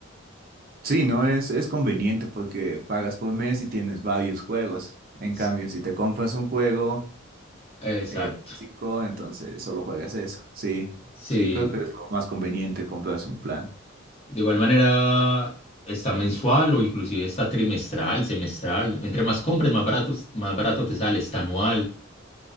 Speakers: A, on the right; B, on the left.
A: Sí, no es, es conveniente porque pagas por mes y tienes varios juegos. En
B: S-
A: cambio, si te compras un juego
B: Exacto.
A: eh, físico, entonces solo juegas eso. Sí,
B: Sí.
A: sí, creo que es lo más conveniente comprarse un plan.
B: De igual manera, está mensual o inclusive está trimestral, semestral. Entre más compres, más barato, más barato te sale, está anual.